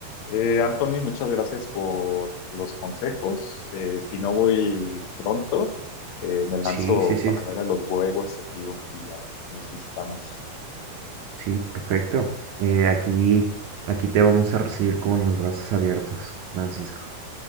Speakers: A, on the left; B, on the right.
A: Eh, Anthony, muchas gracias por los consejos. Eh, si no voy pronto, eh, me lanzo
B: Sí, sí, sí,
A: para ver a los huevos en vivo y ya nos visitamos.
B: sí, perfecto. Eh, aquí, aquí te vamos a recibir con los brazos abiertos, Francisco.